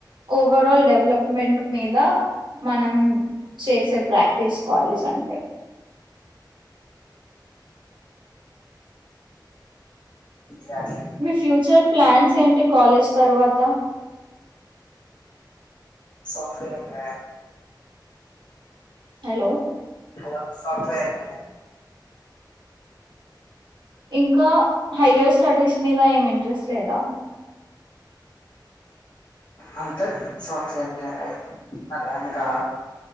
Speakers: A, on the right; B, on the left.
A: overall development మీద మనం చేసే ప్రాక్టీస్ కాలేజ్ అంటే,
B: ఎగ్జాక్ట్లీ
A: మీ ఫ్యూచర్ ప్లాన్స్ ఏంటి కాలేజ్ తర్వాత,
B: software engineer
A: hello
B: hello software engineer,
A: ఇంకా హయ్యర్ స్టడీస్ మీద ఏమి ఇంట్రెస్ట్ లేదా,
B: అంతే సాఫ్ట్వేర్ ఇంజనీర్ మళ్ళా ఇంకా